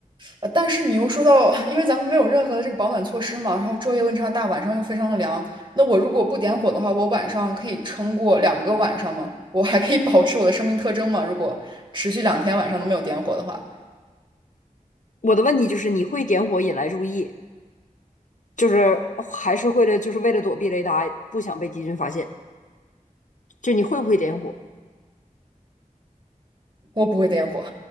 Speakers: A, on the right; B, on the left.
A: 呃，但是你又说到，<laughs> 因为咱们没有任何的这个保暖措施嘛，然后昼夜温差大，晚上又非常的凉，那我如果不点火的话，我晚上可以撑过两个晚上吗？我还可以保持我的生命特征吗？如果持续两天晚上都没有点火的话，
B: 我的问题就是你会点火引来注意，就是还是会了就是为了躲避雷达，不想被敌军发现，就你会不会点火？
A: 我不会点火。